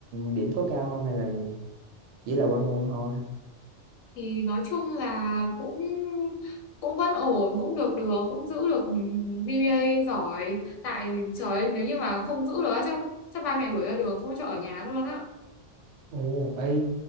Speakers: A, on the right (about 75°); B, on the left (about 85°).
A: điểm có cao không hay là chỉ là qua môn thôi
B: thì nói chung là cũng cũng vẫn ổn cũng được được cũng giữ được GPA giỏi tại trời ơi, nếu như mà không giữ được á, chắc chắc ba mẹ đuổi ra đường không cho ở nhà luôn á
A: ồ ê